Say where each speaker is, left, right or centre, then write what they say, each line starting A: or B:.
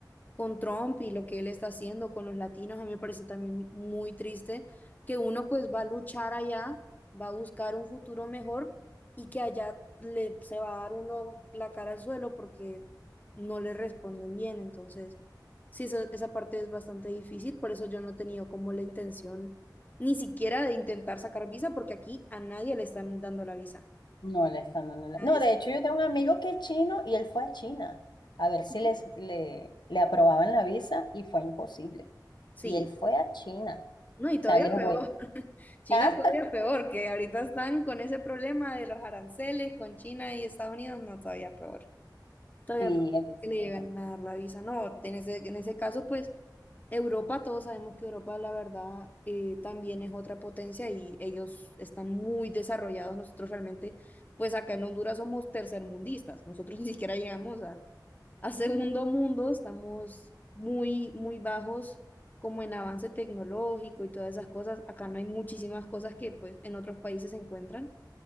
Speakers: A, on the left (about 25°); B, on the left (about 75°).
A: con Trump y lo que él está haciendo con los latinos, a mí me parece también muy triste que uno pues va a luchar allá, va a buscar un futuro mejor y que allá le, se va a dar uno la cara al suelo porque no le responden bien. Entonces, sí, esa, esa parte es bastante difícil, por eso yo no he tenido como la intención ni siquiera de intentar sacar visa porque aquí a nadie le están dando la visa.
B: No le están dando la-
A: Nadie
B: No,
A: es-
B: de hecho yo tengo un amigo que es chino y él fue a China a ver si
A: Ujú.
B: les, le, le aprobaban la visa y fue imposible.
A: Sí.
B: Y él fue a China,
A: No,
B: o
A: y todavía
B: sea, les
A: peor.
B: voy
A: <laughs> China
B: a...
A: todavía
B: <laughs>
A: peor, que ahorita están con ese problema de los aranceles con China y Estados Unidos, no, todavía peor. Todavía
B: Sí,
A: peor
B: entonces,
A: que le llegan a dar la visa. No, en ese, en ese caso, pues Europa, todos sabemos que Europa, la verdad, eh, también es otra potencia y ellos están muy desarrollados. Nosotros realmente, pues acá en Honduras somos tercermundistas. Nosotros ni siquiera llegamos a segundo mundo, estamos muy, muy bajos como en avance tecnológico y todas esas cosas. Acá no hay muchísimas cosas que pues en otros países se encuentran.